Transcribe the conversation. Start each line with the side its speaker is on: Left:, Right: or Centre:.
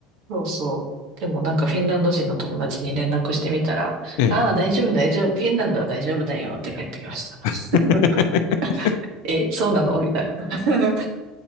Right: そうそう。でもなんかフィンランド人の友達に連絡してみたら、
Left: ええ。
Right: ああ、大丈夫、大丈夫。フィンランドは大丈夫だよって帰ってきました。<laughs>
Left: <laughs>
Right: え、そうなのみたいな。